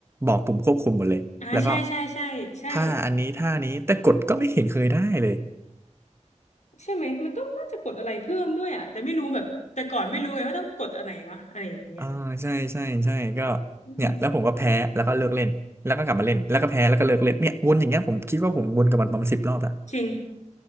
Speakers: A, on the right; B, on the left.
A: บอกปุ่มควบคุมหมดเลยแล้วก็
B: อ่าใช่ใช่ใช่ใช่
A: ท่าอันนี้ท่านี้แต่กดก็ไม่เห็นเคยได้เลย
B: ใช่ไหมมันต้องน่าจะกดอะไรเพิ่มด้วยอ่ะแต่ไม่รู้แบบแต่ก่อนไม่รู้ไงว่าต้องกดอันไหนวะอะไรอย่างเงี้ย
A: อ่าใช่ใช่ใช่ก็
B: อืม
A: เนี่ยแล้วผมก็แพ้แล้วก็เลิกเล่นแล้วก็กลับมาเล่นแล้วก็แพ้แล้วก็เลิกเล่นเนี่ยวนอย่างเงี้ยผมคิดว่าผมวนกับมันประมาณสิบรอบละ
B: จริง